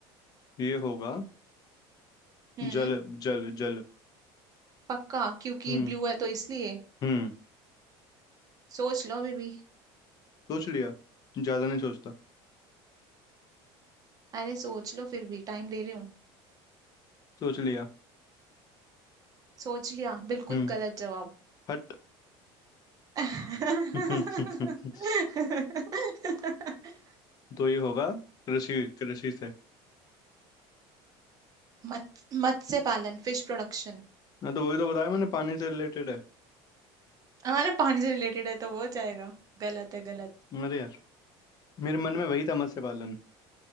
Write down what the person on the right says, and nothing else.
हम्म
पक्का क्योंकि
ब्लू है तो इसलिए
सोच लो अभी भी
अरे सोच लो फिर भी टाइम दे रही हूँ
सोच लिया बिल्कुल
गलत जवाब
<laughs>
मत मत्स्य पालन फिश प्रोडक्शन
अरे पानी से रिलेटेड है तो हो जाएगा गलत है गलत